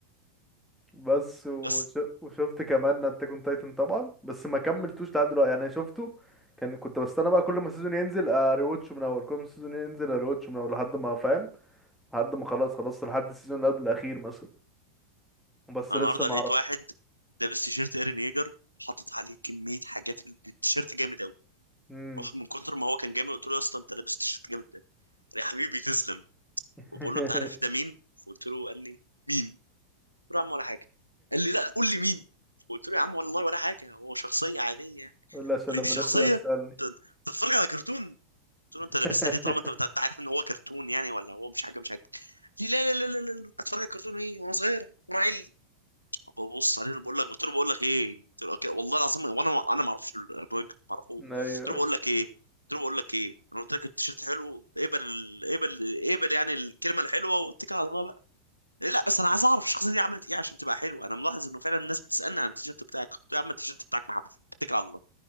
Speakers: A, in the centre; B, on the right.
A: بس
B: <laughs>
A: وش...
B: بس
A: وشفت كمان اتاك اون تايتن طبعا بس ما كملتوش لحد دلوقتي يعني شفته كان كنت بستنى بقى كل ما السيزون ينزل اريواتش من اول كل ما السيزون ينزل اريواتش من اول لحد ما فاهم لحد ما خلاص خلاص لحد السيزون اللي قبل الاخير مثلا بس
B: انا
A: لسه
B: النهارده
A: ما
B: لقيت
A: اعرفش
B: واحد لابس تيشيرت ايرن ييجر حاطط عليه كميه حاجات من التيشيرت جامد قوي
A: امم
B: روح من كتر ما هو كان جامد قلت له يا اسطى انت لابس تيشيرت جامد قوي يا حبيبي تسلم
A: <laughs>
B: وبقول له انت عارف ده مين فقلت له قال لي مين قلت له يا عم ولا حاجه قال لي لا قول لي مين قلت له يا عم والله ولا حاجه هو شخصيه عاديه
A: قول لي عشان
B: اللي
A: لما
B: دي شخصيه
A: الناس تبقى تسالني
B: ت- تتفرج على كرتون قلت له انت
A: <laughs>
B: لابسها ليه طالما انت بت- انت عارف ان هو كرتون يعني ولا هو مش حاجه مش حاجه قال لي لا لا لا لا لا لا، اتفرج على كرتون ايه وانا صغير وانا عيل ببص عليه بقول لك قلت له بقول لك ايه قلت له أوكي، والله العظيم وانا انا ما اعرفش الراجل ما اعرفوش
A: ايوه
B: قلت له
A: أيوة.
B: بقول لك ايه قلت له بقول لك ايه انا قلت لك التيشيرت حلو اقبل اقبل اقبل يعني الكلمه الحلوه واتكل على الله بقى إيه، لا بس انا عايز اعرف الشخصيه دي عملت ايه عشان تبقى حلوه انا ملاحظ انه فعلا الناس بتسالني عن التيشيرت بتاعك قلت له يا عم التيشيرت بتاعك محفل اتكل على الله